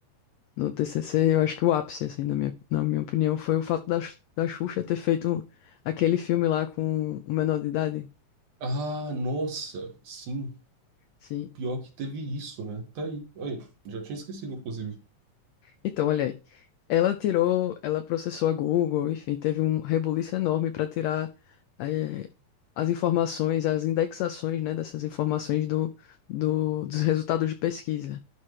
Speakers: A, on the left (about 85°); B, on the right (about 70°).
A: no TCC, eu acho que o ápice, assim, na minha, na minha opinião, foi o fato da, Xu- da Xuxa ter feito aquele filme lá com o menor de idade.
B: Ah, nossa, sim.
A: Sim.
B: Pior que teve isso, né? Tá aí. Aí, já tinha esquecido, inclusive.
A: Então, olha aí. Ela tirou, ela processou a Google, enfim, teve um rebuliço enorme para tirar eh, as informações, as indexações, né, dessas informações do, do- dos resultados de pesquisa,